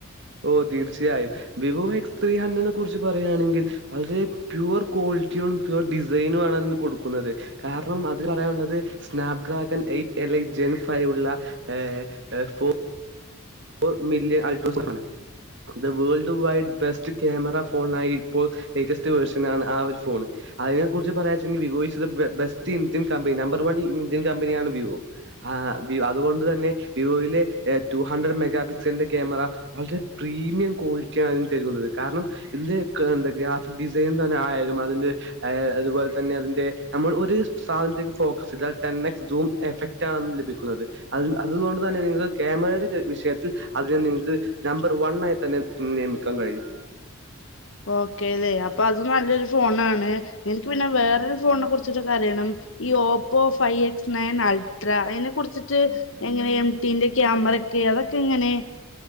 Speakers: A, on the right; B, on the left.
A: ഓ തീർച്ചയായും വിവോ എസ് ത്രീ ഹന്ദ്രെഡ്നേ കുറിച്ച് പറയുകയാണെങ്കിൽ വളരെ പ്യുവർ കോ ളിറ്റിയാണ് പ്യുവർ ഡിസൈനും ആണ് അതിന് കൊടുക്കുന്നത് കാരണം അത് പറയാനുള്ളത് സ്നാപ് ഡ്രാഗൺ എയ്റ്റ് എല്ല ജൻഫൈ ഉള്ള ഏ ഫോ ഫോ മിലിയൻ അറ്റ്രോസിക്കൻ the world wide best camera ഫോണായി ഇപ്പോൾ ലേറ്റസ്റ്റ് വെർഷനാണ് ആ ഒരു ഫോണ് അതിനെ കുറിച്ച് പറയാച്ചുെങ്കിൽ Vivo is best Indian company number one Indian കമ്പനിയാണ് വിവോ ആ അതുകൊണ്ട് തന്നെ വിവോയിലെ ടു ഹൺഡ്രഡ് മെ മെഗാ പിക്സലിന്റെ ക്യാമറ വളരെ പ്രീമിയം ക്വാളിറ്റി ആണ് തരകുന്നത് കാരണം <unintelligible> തന്നെ ആലും അതിന്റെ അതുപോലെ തന്നെ അതിന്റെ നമ്മൾ ഒരു സാധനത്ത ഫോക്കസ് ചെയതാൽ തന്നെ <unintelligible> ടെൻ എസ് സൂം എഫക്ട് ആണ് ലഭിക്കുന്നത് അതുകൊണ്ട് തന്നെ നിങ്ങൾക്ക് ക്യാമറയുടെ വിഷയ അതിനെ നിങ്ങക്ക് നമ്പർ വൺ ആയി തന്നെ നിയമിക്കാൻ കഴിയും
B: ഓക്കേ അല്ലേ അപ്പൊ അത് നല്ലൊരു ഫോണാണ് എനിക്ക് പിന്നെ വേറരു ഫോണിനെ കുറിച്ചിട്ട കരയണം ഈ Oppo five X nine ultra അതിനെ കുറിച്ചിട്ട് എങ്ങനെ എംടിന്റെ ക്യാമറ കേ അതൊക്കെ എങ്ങനെ